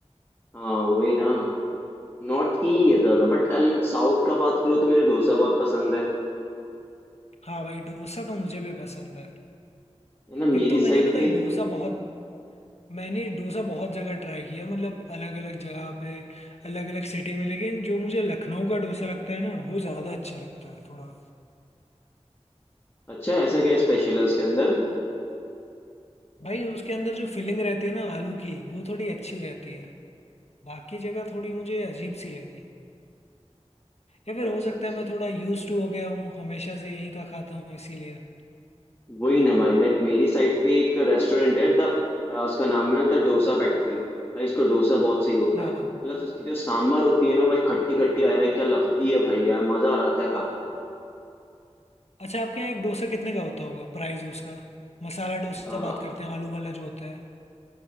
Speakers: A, on the left; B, on the left.
A: हाँ वही ना नॉर्थ की ही है ज्यादा बट साउथ का बात करो तो मुझे डोसा बहुत पसंद है
B: हाँ भाई डोसा तो मुझे भी पसंद है
A: है ना मेरी
B: एक तो मैंने
A: साइड
B: पता
A: पे
B: है
A: एक-
B: डोसा बहुत मैंने डोसा बहुत जगह ट्राई किया मतलब अलग अलग जगह पे अलग अलग सिटी में लेकिन जो मुझे लखनऊ का डोसा लगता है ना वो ज़्यादा अच्छा लगता है थोड़ा
A: अच्छा ऐसा क्या स्पेशल है उसके अंदर
B: भाई उसके अंदर जो फिलिंग रहती है ना आलू की वो थोड़ी अच्छी रहती है बाकी जगह थोड़ी मुझे अजीब सी लगी या फिर
A: अच्छा
B: हो सकता
A: अच्छा
B: है मैं थोड़ा यूज्ड टू हो गया हूँ हमेशा से यहीं का खाता हूँ इसीलिए
A: वही ना भाई लाइक मेरी साइड पे एक रेस्टोरेंट है द उसका नाम है द डोसा फैक्ट्री भाई उसका डोसा बहुत सही होता
B: हाँ
A: है प्लस उसकी जो सांभर होती है ना भाई खट्टी खट्टी है क्या लगती है भाई यार मजा आ जाता है खा
B: अच्छा आपके यहाँ एक डोसा कितने का होता होगा प्राइस उसका मसाला डोसा
A: के
B: बात करते हैं आलू वाला जो होता है